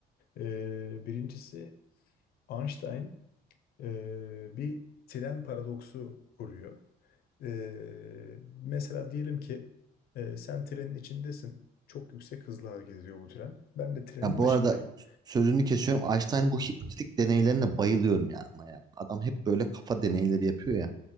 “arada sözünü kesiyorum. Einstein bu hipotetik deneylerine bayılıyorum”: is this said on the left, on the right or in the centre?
Right